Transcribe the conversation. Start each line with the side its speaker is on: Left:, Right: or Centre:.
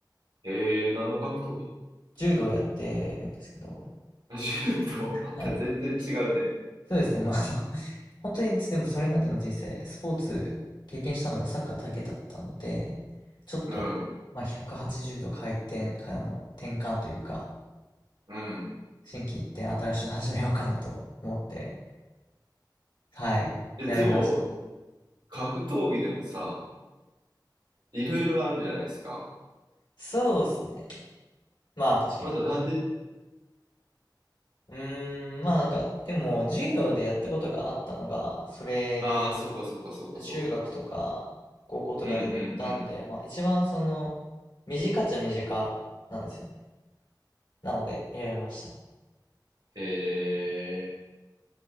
Right: えー、何の格闘技
Left: 柔道やってるんですけど、
Right: 柔道、また全然違うね。
Left: はい。そうですね。まあ、あの、本当にでもそれまでの人生、スポーツ経験したのがサッカーだけだったので、ちょっと、
Right: うん、
Left: まあ、180度回転、かあの、転換というか、
Right: うん。
Left: 心機一転、新しいの始めようかなと思って、はい、
Right: いや、
Left: 選びましたね。
Right: でも、格闘技でもさ、いろいろあるじゃないですか。
Left: そうですね。まあ確かに。
Right: またなんで、
Left: うーん、まあなんか、でも授業でやったことがあったのが、それで、
Right: ああ、そうかそうかそうかそうか。
Left: 中学とか高校とかでやったんで、
Right: うんうんうん。
Left: まあ一番その、短っちゃ短なんですよね。なので選びました。
Right: へえ。